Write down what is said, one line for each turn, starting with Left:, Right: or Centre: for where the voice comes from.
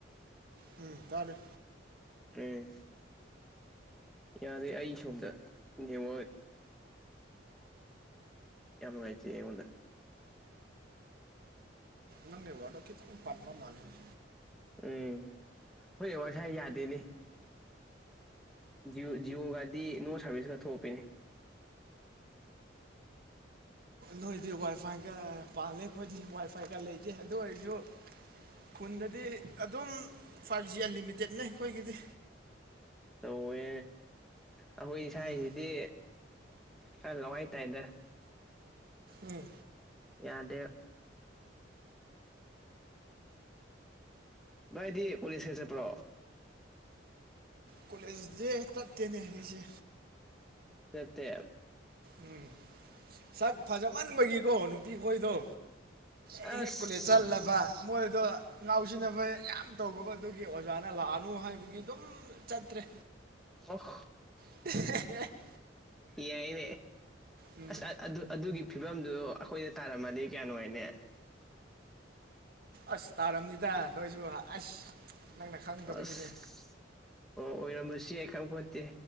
Right: ꯎꯝ ꯇꯥꯔꯦ
Centre: ꯎ ꯌꯥꯗꯦ ꯑꯩ ꯁꯣꯝꯗ ꯅꯤ ꯌꯥꯝ ꯅꯨꯡꯉꯥꯏꯖꯦ ꯑꯩꯉꯣꯟꯗ
Right: ꯅꯪꯅꯦ ꯋꯥꯔꯗꯣ ꯈꯤꯇꯪ ꯄꯥꯟꯕ ꯃꯥꯜꯂꯤꯅꯤ
Centre: ꯎꯝ ꯑꯩꯈꯣꯏꯗꯤ ꯋꯥꯏꯐꯥꯏ ꯌꯥꯗꯦꯅꯦ ꯖꯤꯌꯣ ꯖꯤꯌꯣꯒꯗꯤ ꯅꯣ ꯁꯥꯔꯚꯤꯁꯀ ꯊꯣꯛꯄꯤꯅꯦ
Right: ꯅꯣꯏꯗꯤ ꯋꯥꯏ ꯐꯥꯏꯒ ꯄꯥꯜꯂꯦ ꯑꯩꯈꯣꯏꯗꯤ ꯋꯥꯏ ꯐꯥꯏꯒ ꯂꯩꯇꯦ ꯑꯗꯨ ꯑꯣꯏꯔꯁꯨ ꯈꯨꯟꯗꯗꯤ ꯑꯗꯨꯝ ꯐꯥꯏꯚ ꯖꯤ ꯑꯟꯂꯤꯃꯤꯇꯦꯠꯅꯦ ꯑꯩꯈꯣꯏꯒꯤꯗꯤ
Centre: ꯇꯧꯋꯦ ꯑꯩꯈꯣꯏ ꯁꯥꯏꯁꯤꯗꯤ
Right: ꯎꯝ
Centre: ꯈꯔ ꯂꯋꯥꯏ ꯇꯥꯏꯗ
Right: ꯎꯝ
Centre: ꯌꯥꯗꯦꯕ ꯚꯥꯏꯗꯤ ꯀꯣꯂꯦꯖ ꯈ ꯆꯠꯄ꯭ꯔꯣ
Right: ꯀꯣꯂꯦꯖ ꯁꯦ ꯆꯠꯇꯦꯅꯦ ꯑꯩꯁꯦ
Centre: ꯆꯠꯇꯦ
Right: ꯎꯝ ꯁꯠ ꯐꯖꯃꯟꯕꯒꯤꯀꯣ ꯅꯨꯄꯤꯈꯣꯏꯗꯣ
Centre: ꯑꯁ
Right: ꯑꯩ ꯍꯦꯛ ꯀꯣꯂꯦꯖ ꯆꯠꯜꯂꯕ ꯃꯣꯏꯗꯣ ꯉꯥꯎꯁꯤꯟꯅꯕ ꯌꯥꯝ ꯇꯧꯕꯀꯣ ꯑꯗꯨꯒꯤ ꯑꯣꯖꯥ ꯂꯥꯛꯑꯅꯨ ꯍꯥꯏꯕꯒꯤ ꯑꯗꯨꯝ ꯆꯠꯇ꯭ꯔꯦ
Centre: ꯑꯣ
Right: <unintelligible>
Centre: ꯌꯥꯏꯅꯦ
Right: ꯎꯝ
Centre: ꯑꯁ ꯑꯗꯨ ꯑꯗꯨꯒꯤ ꯐꯤꯕꯝꯗꯨ ꯑꯩꯈꯣꯏꯗ ꯇꯥꯔꯝꯃꯗꯤ ꯀꯌꯥꯅꯣ ꯍꯥꯏꯅꯦ
Right: ꯑꯁ ꯇꯥꯔꯝꯅꯤꯗ ꯅꯣꯏꯁꯨ ꯑꯁ ꯅꯪꯅ ꯈꯪꯗꯕꯒꯤꯅꯦ
Centre: ꯑꯁ ꯑꯣ ꯑꯣꯏꯔꯝꯕꯁꯨ ꯌꯥꯏ ꯈꯪꯕꯄꯣꯠꯇꯦ